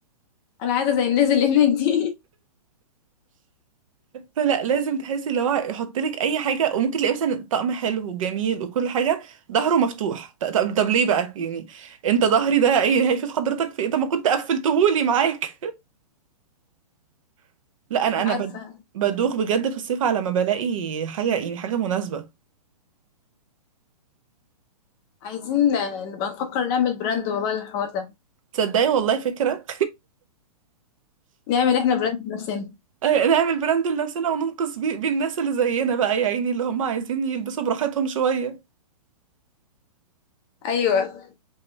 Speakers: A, on the left (about 20°); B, on the right (about 55°).
A: انا عايزه زي الناس اللي هناك دي
B: فلا لازم تحسي اللي هو يحط لك اي حاجه وممكن تلاقي مثلا طقم حلو وجميل وكل حاجه ظهره مفتوح ط- طب طب ليه بقى يعني انت ظهري ده ايه هيفيد حضرتك في ايه طب ما كنت قفلتهولي معاك <laughs>
A: <laughs>
B: لا انا
A: مش
B: انا
A: عارفه
B: بد- بدوخ بجد في الصيف على ما بلاقي حاجه يعني حاجه مناسبه
A: عايزين نبقى نفكر نعمل براند والله للحوار ده
B: تصدقي والله فكره
A: نعمل احنا براند لنفسنا
B: آه، نعمل براند لنفسنا وننقذ بيه بيه الناس اللي زينا بقى يا عيني اللي هم عايزين يلبسوا براحتهم شوية
A: ايوه